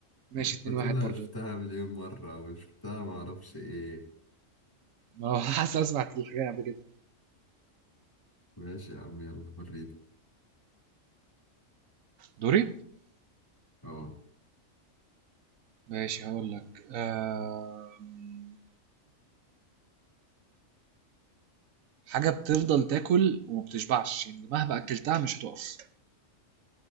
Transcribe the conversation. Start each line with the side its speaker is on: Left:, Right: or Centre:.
Right: ماشي 2-1
Left: بتقول لها
Right: برضه
Left: شفتها مليون مره وشفتها ما اعرفش ايه
Right: ما هو <laughs> حاسس اسمع الحكاية قبل كده
Left: ماشي يا عم يلا وريني
Right: دوري
Left: اه
Right: ماشي هقول لك آم، حاجة بتفضل تاكل ومبتشبعش يعني مهما أكلتها مش هتقف